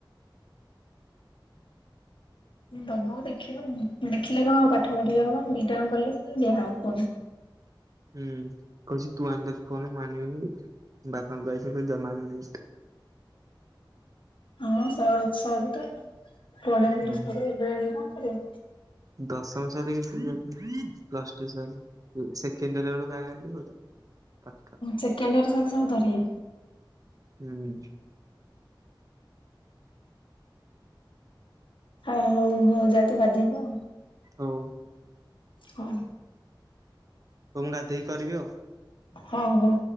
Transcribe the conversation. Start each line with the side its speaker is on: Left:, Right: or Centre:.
Left: ଦବ ଦେଖିବ ଦେଖିଲେ କଣ ହେବ ପାଠ ପଢ଼ିଲେ ହବ ଦିଟା ଆଙ୍କ କଲେ ଦିଆହବ ଫୋନ୍।
Right: ହୁଁ କହୁଛି ତୁ ଆଣିଲେ ଫୋନ ମୁଁ ଆଣିବିନି କି ବାପାଙ୍କୁ କହିଚି ଜମା ଆଣିବନି।
Left: ହଁ ସ ସରୁ ତାର ପଢ଼ାପଢ଼ି
Right: ହଁ
Left: ସରୁ ଏବେ ଆଣିକି କଣ କରିବ।
Right: ଦଶମ ସରିକି ପ୍ଲସ ଟୁ ସରି ସେକେଣ୍ଡିଅର ବେଳକୁ <unintelligible>
Left: ସେକେଣ୍ଡିୟର ସରୁ ତାହାଲେ ଧରିବେ।
Right: ହୁଁ ହୁଁ।
Left: ଆ ହଉ ହଉ ଯାଆ ତୁ ଗାଧେଇବୁ ଆଉ।
Right: ହଉ।
Left: ହଁ।
Right: ହଉ ମୁଁ ଗାଧେଇକି କରିବି ଆଉ।
Left: ହଉ ହଉ।